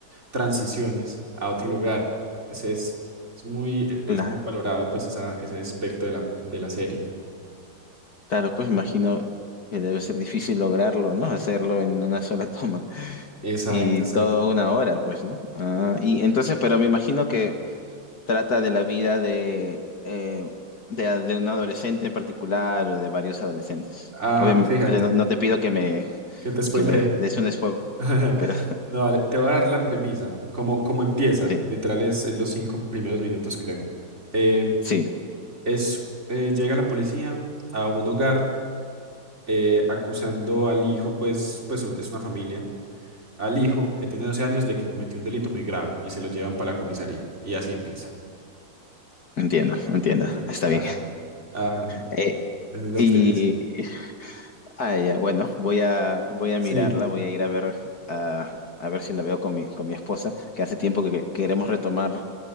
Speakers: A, on the right; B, on the left.
A: transiciones a otro lugar. Ese es, es muy, e, es
B: claro.
A: muy valorado pues esa, ese aspecto de la, de la serie.
B: Claro, pues me imagino que debe ser difícil lograrlo, ¿no? Hacerlo en una sola toma
A: Exacto,
B: y
A: exacto.
B: toda una hora, pues, ¿no? Ah, y entonces, pero me imagino que trata de la vida de, eh, de, de un adolescente en particular o de varios adolescentes.
A: Ah,
B: Obviamente,
A: Claro. fíjate,
B: no, no te pido que me,
A: que te spoileé.
B: que me des un spoiler,
A: <laughs>
B: pero
A: No, vale, te voy a dar la premisa, como, como empieza,
B: <laughs> sí,
A: literal es, es los cinco primeros minutos creo. Eh,
B: sí,
A: es, eh, llega la policía a un hogar eh, acusando al hijo, pues, pues un- es una familia, al hijo que tiene 12 años de que cometió un delito muy grave y se lo llevan para la comisaría. Y así empieza.
B: entiendo, entiendo,
A: ¿Entiendes?
B: está
A: Ajá,
B: bien.
A: ajá.
B: Eh,
A: Esa es la
B: y
A: premisa.
B: Ah, ya, bueno, voy a, voy a
A: Sí,
B: mirarla, voy a ir a ver, a, a ver si la veo con mi, con mi esposa, que hace tiempo que, que queremos retomar,